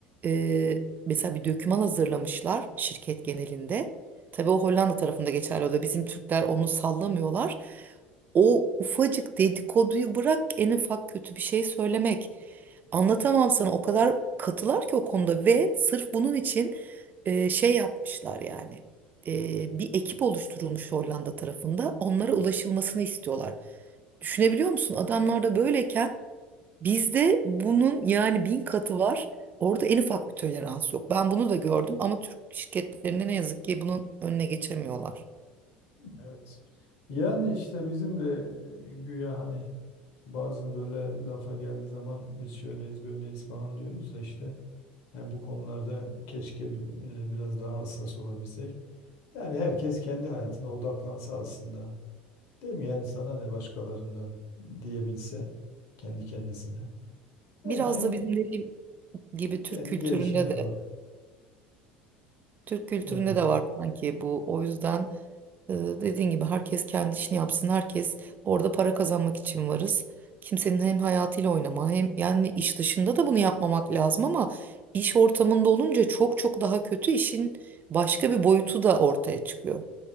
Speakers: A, on the right; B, on the left.
A: e, mesela bir döküman hazırlamışlar şirket genelinde. Tabii o Hollanda tarafında geçerli oluyor. Bizim Türkler onu sallamıyorlar. O ufacık dedikoduyu bırak en ufak kötü bir şey söylemek. Anlatamam sana o kadar katılar ki o konuda ve sırf bunun için e, şey yapmışlar yani. E, bir ekip oluşturulmuş Hollanda tarafında onlara ulaşılmasını istiyorlar. Düşünebiliyor musun? Adamlar da böyleyken bizde bunun yani bin katı var. Orada en ufak bir tolerans yok. Ben bunu da gördüm ama Türk şirketlerinde ne yazık ki bunun önüne geçemiyorlar.
B: Evet. yani işte bizim de e, güya hani Bazı böyle lafa geldiği zaman biz şöyleyiz böyleyiz falan diyoruz da işte yani bu konularda keşke e, biraz daha hassas olabilsek. Yani herkes kendi hayatına odaklansa aslında. Değil mi? Yani sana ne başkalarından diyebilse kendi kendisine. Yani
A: Biraz
B: kendi
A: da bizim dediğim gibi Türk
B: kendi
A: kültüründe
B: gelişimine
A: de
B: bak.
A: Türk kültüründe
B: Evet.
A: de var sanki bu. O yüzden e, dediğin gibi herkes kendi işini yapsın. Herkes orada para kazanmak için varız. Kimsenin hem hayatıyla oynama hem yani iş dışında da bunu yapmamak lazım ama iş ortamında olunca çok çok daha kötü işin başka bir boyutu da ortaya çıkıyor.